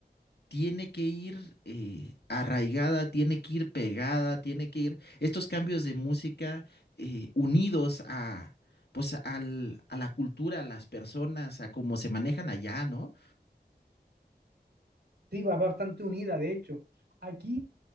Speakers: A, on the left; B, on the right.
A: tiene que ir eh, arraigada, tiene que ir pegada, tiene que ir estos cambios de música eh, unidos a, pues, al- a la cultura, a las personas, a cómo se manejan allá, ¿no?
B: Sí, va bastante unida, de hecho. Aquí,